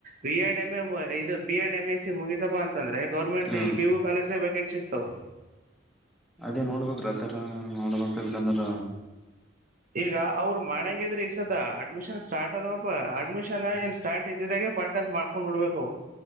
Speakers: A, on the right (about 45°); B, in the centre.
A: ಬಿ ಎಡ್ ಎಮ್ ಎ ಇ B Ed M S C ಮುಗಿತಪ್ಪ ಅಂದ್ರೆ ಗರ್ಮೆಂಟ್
B: ಹ
A: ಇ ಬಿವು ಕಾಲೇಜ ವೇಕೆನ್ಸಿ ಹ
B: ಅದೇ ನೋಡ್ಬ್ರ ಆತರ ನೋಡ್ಬಕ್ಲ್ಕಂದ್ರ
A: ಈಗ ಅವರು ಮಾಡಂಗಿದ್ರೆ ಈ ಸದ ಆ ಅಡ್ಮಿಷನ್ ಸ್ಟ್ದಪ್ಪ ಅಡ್ಮಷನ್ ನ್ ಸ್ಟಾರ್ಟ್ ಇದ್ದಿದಾಗೆ ಫ ಅಂತ ಮಾಡ್ಕೊಂಡ್ ಬಿಡ್ಬೇಕು